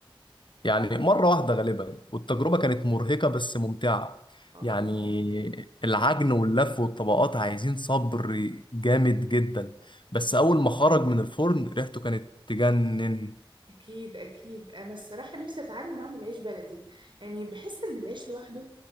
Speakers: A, on the left; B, on the right.
A: يعني مرة واحدة غالبا والتجربة كانت مرهقة بس ممتعة
B: اه
A: يعني العجن واللف والطبقات عايزين صبر جامد جدا بس أول ما خرج من الفرن ريحته كانت تجنن
B: أكيد أكيد أنا الصراحة نفسي أتعلم أعمل عيش بلدي يعني بحس إن العيش لوحده